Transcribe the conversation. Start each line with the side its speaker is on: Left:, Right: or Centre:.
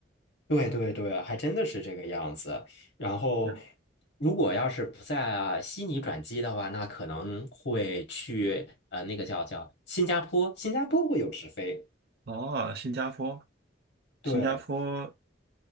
Left: 对对对，还真的是这个样子。然后，
Right: 嗯，
Left: 如果要是不在啊悉尼转机的话，那可能会去呃那个叫叫新加坡，新加坡会有直飞。
Right: 啊，新加坡，
Left: 对
Right: 新加坡，